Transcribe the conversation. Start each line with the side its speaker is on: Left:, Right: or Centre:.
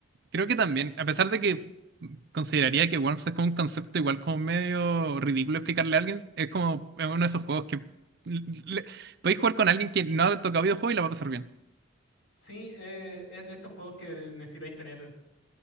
Right: Creo que también, a pesar de que consideraría que Worms es como un concepto igual como medio ridículo explicarle a alguien, es como es uno de esos juegos que l- le- podéis jugar con alguien que no ha tocado videojuegos y la va a pasar bien.
Left: Sí, eh, es de estos juegos que necesitáis tener,